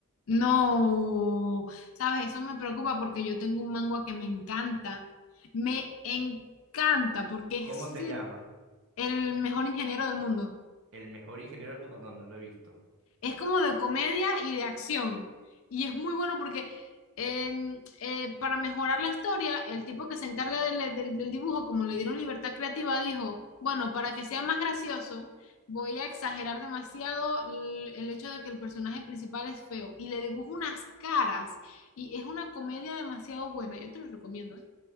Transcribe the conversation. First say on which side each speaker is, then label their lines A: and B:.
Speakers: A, on the left; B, on the right.
A: No, sabes, eso me preocupa porque yo tengo un mangua que me encanta, me encanta porque
B: ¿Cómo
A: es
B: se llama?
A: el mejor ingeniero del mundo.
B: El mejor ingeniero del mundo. No, no lo he visto.
A: Es como de comedia y de acción. Y es muy bueno porque em, eh, para mejorar la historia, el tipo que se encarga del, del- del dibujo, como le dieron libertad creativa, dijo, bueno, para que sea más gracioso, voy a exagerar demasiado el, el hecho de que el personaje principal es feo. Y le dibujo unas caras. Y es una comedia demasiado buena. Yo te lo recomiendo, ¿eh?